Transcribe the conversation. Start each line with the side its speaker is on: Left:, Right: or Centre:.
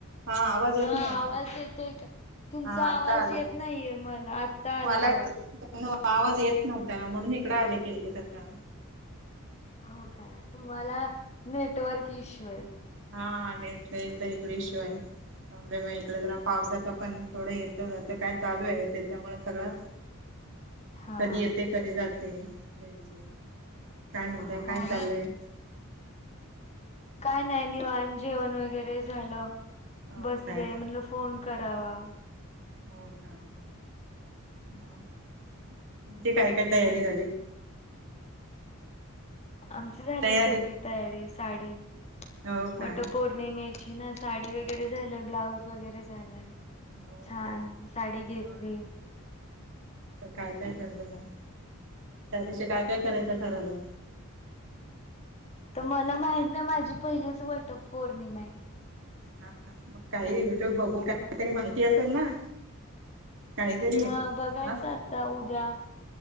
Right: हा आवाज येत
Left: हा
Right: नाही
Left: आवाज
Right: आहे.
Left: येतोय का तुमचा
Right: हा आता
Left: आवाज
Right: आला
Left: येत नाइये मला आत्ता आला
Right: मला आवाज येत नव्हता म्हणून इकड आले खिडकत आत्ता
Left: हो काय तुम्हाला नेटवर्क इश्यू आहेत
Right: हा नेट तर इकडे इशू आहे प्रॉब्लेम आहे इकडे ज पावसाचा पण थोडं येत जात काय चालू आहे त्याच्यामुळे सगळं
Left: हा.
Right: कधी येते कधी जात ते त्यांच काय म्हणताय
Left: हो
Right: काय
Left: ना
Right: चाललंय
Left: काय नाही निवाण जेवण वगैरे झालं
Right: हो
Left: बसले
Right: काय
Left: म्हणलं फोन करावा
Right: हो का <inaudible> काय काय तयारी
Left: हम्म.
Right: झाली
Left: आमची झाली
Right: तयारी
Left: सगळी तयारी साडी
Right: हो
Left: वटपौर्णिमेची
Right: का
Left: ती ना साडी वगैरे झाल ब्लाऊज वगैरे झालं
Right: हो
Left: छान
Right: का
Left: साडी घेतली
Right: वा काय काय ठरत त्या दिवशी काय काय करायचा ठराला
Left: तर मला माहत ना माझी पहिलीच वट पौर्णिमा आहे
Right: हा मग काही युट्यूब बघून
Left: आहे.
Right: काहीतरी माहिती असेल ना काहीतरी
Left: हा बघायच
Right: हा
Left: आता उद्या